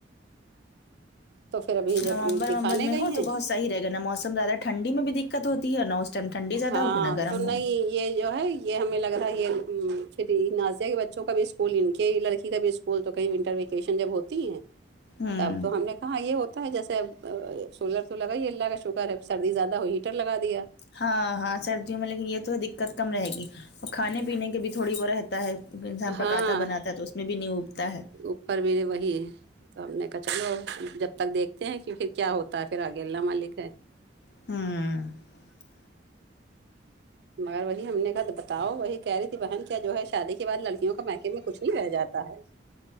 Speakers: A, on the right (about 55°); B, on the left (about 55°).
A: تو پھر ابھی جب
B: نومبر
A: دکھانے
B: وومبر میں
A: گئی
B: ہو
A: ہیں
B: تو بہت صحیح رہے گا نا موسم زیادہ ٹھنڈی میں بھی دقت ہوتی ہے نا جب ٹھنڈی زیادہ
A: ہاں
B: ہوگ نا گرم
A: تو نہیں
B: ہو
A: یہ جو ہے یہ ہمیں لگ رہا یہ نازیہ کے بچوں کا بھی اس انکے لڑکی کا بھی اسکول تو ک ونٹر ویکیشن جب ہوتی ہے
B: ہوں
A: تب تو ہم نے ہاں یہ ہوتا ہے جیسے اب سولر تو لگا ہی اللہ کا شکر ہے اب سردی زیادہ ہو ہیٹر لگا دیا
B: ہاں ہاں سردیوں میں لیکن یہ تو دقت کم رہے گی اور کھانے پینے کے بھی تھوڑی وہ رہتا ہے انسان
A: ہاں
B: پکاتا بناتا ہے تو اس میں بھی نہیں اوبتا ہے
A: اوپر میرے وہی ہے تو ہم نے کہا چلو جب تک دیکھتے ہیں کہ پھر کیا ہوتا ہے پھر آگے اللہ مالک ہے
B: ہوں
A: مگر وہی ہم نے کہا تو بتاؤ وہی کہہ رہی تھی بہن کیا جو ہے شادی کے بعد لڑکیوں کا مئکے میں کچھ نہیں رہ جاتا ہے